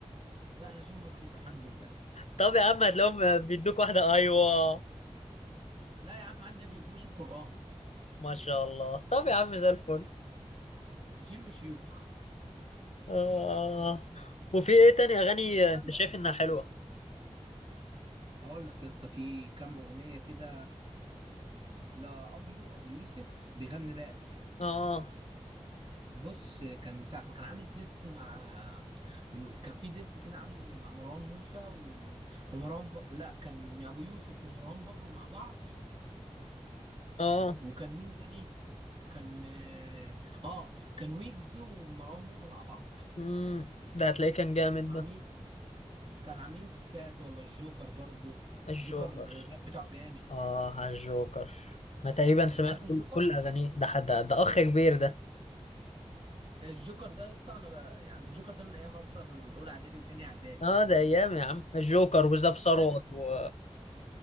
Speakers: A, on the right; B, on the left.
A: لا انا جيم رخيص الحمد لله
B: طب يا عم هتلاقيهم بيدوك واحدة ايوه
A: لا يا عم عندي ما بيقفلوش القرآن
B: ما شاء الله طب يا عم زي الفل
A: جيم شيوخ
B: اه وفي ايه تاني اغاني
A: ولا
B: انت شايف انها حلوة
A: اقول لك يا اسطى في كام اغنيه كده لا ابو يو ابو يوسف بيغني راب
B: اه
A: بص كان ساعة ما كان عامل ديس مع م- كان في ديس كده عامله مع مروان موسى و... ومروان ب... لا كان أبو يوسف ومروان بابلو مع بعض
B: اه
A: وكان مين تاني كان اه آه، كان ويجز ومروان موسى مع بعض
B: امم ده هتلاقيه كان جامد
A: كانوا
B: ده
A: عاملين كانوا عاملين ديسات والله الجوكر برضو
B: الجوكر
A: الجوكر الراب بتاعه جامد
B: اه على الجوكر انا تقريبا سمعت
A: انت عارف الجوكر
B: كل, كل اغانيه ده حد ده اخ كبير ده
A: الجوكر ده يا اسطى انا بقى يعني الجوكر ده من ايام اصلا اولى اعدادي وتانية اعدادي
B: اه ده ايام يا عم الجوكر وزاب ثروت
A: بجد
B: و...